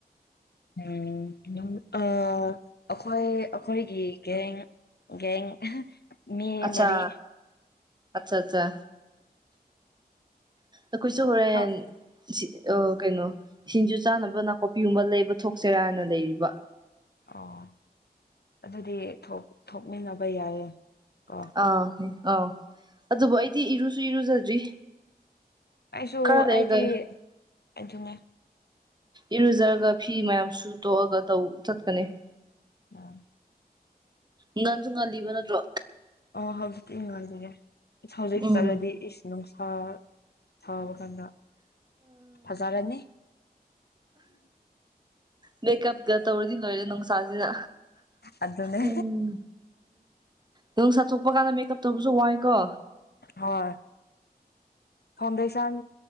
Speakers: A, on the left (about 80°); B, on the right (about 25°).
A: ꯎꯝ ꯑꯥ ꯑꯈꯣꯏ ꯑꯈꯣꯏꯒꯤ ꯒꯦꯡ ꯒꯦꯡ ꯃꯤ
B: ꯑꯆꯥ
A: ꯃꯔꯤ
B: ꯑꯆ ꯆ ꯑꯈꯣꯏꯁꯨ ꯍꯣꯔꯦꯟ
A: ꯑ
B: ꯁꯤ ꯑ ꯀꯩꯅꯣ ꯁꯤꯟꯖꯨ ꯆꯥꯅꯕ ꯅꯥꯀꯨꯞꯄꯤꯒꯨꯝꯕ ꯂꯩꯕ ꯊꯣꯛꯁꯤꯔꯥꯅ ꯂꯩꯔꯤꯕ
A: ꯑꯣ ꯑꯗꯨꯗꯤ ꯊꯣꯛ ꯊꯣꯛꯃꯤꯟꯅꯕ ꯌꯥꯏꯌꯦ ꯀꯣ
B: ꯑꯥ ꯑꯥꯎ ꯑꯗꯨꯕꯨ ꯑꯩꯗꯤ ꯏꯔꯨꯁꯨ ꯏꯔꯨꯖꯗ꯭ꯔꯤ
A: ꯁꯨ
B: ꯈꯔ ꯂꯩꯔꯒ
A: ꯑꯩꯗꯤ ꯑꯗꯨꯅꯦ
B: ꯏꯔꯨꯖꯔꯒ ꯐꯤ ꯃꯌꯥꯝ ꯁꯨ ꯇꯣꯛꯑꯒ ꯇꯧ ꯆꯠꯀꯅꯤ
A: ꯎꯝ
B: ꯉꯟꯖꯨ ꯉꯜꯂꯤꯕ ꯅꯠꯇ꯭ꯔꯣ
A: ꯑꯣ ꯍꯧꯖꯤꯛꯇꯤ ꯉꯜꯂꯤꯒꯦ ꯍꯧꯖꯤꯛ
B: ꯎꯝ
A: ꯆꯠꯂꯗꯤ ꯏꯁ ꯅꯨꯡꯁꯥ ꯁꯥꯕ ꯀꯥꯟꯗ ꯐꯖꯔꯅꯤ
B: ꯃꯦꯀꯞꯒ ꯇꯧꯔꯗꯤ ꯂꯣꯏꯔꯦ ꯅꯨꯡꯁꯥꯖꯤꯅ
A: ꯑꯗꯨꯅꯦ
B: ꯎꯝ ꯅꯣꯡꯁꯥ ꯊꯣꯛꯄ ꯀꯥꯟꯗ ꯃꯦꯛꯀꯞ ꯇꯧꯕꯁꯨ ꯋꯥꯏꯀꯣ
A: ꯍꯣꯏ ꯐꯥꯎꯟꯗꯦꯁꯟ